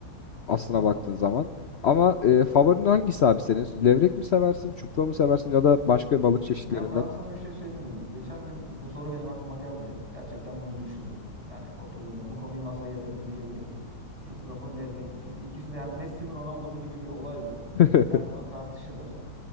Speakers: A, on the left; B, on the right.
A: Aslına
B: Tamam.
A: baktığın zaman. Ama e, favorin hangisi abi senin? Levrek mi seversin, çupra mı seversin ya da başka balık çeşitlerinden?
B: Ya ben sana bir şey söyleyeyim mi? Geçen gün bu soru benim aklıma geldi. Gerçekten bunu düşündüm. Yani oturdum ben bu konuyu masaya yatırdım diyebilirim. Çupra mı levrek mi? Çünkü ikisi de yani Messi mi Ronaldo mu gibi bir olay bu.
A: <laughs>
B: Her zaman tartışılır.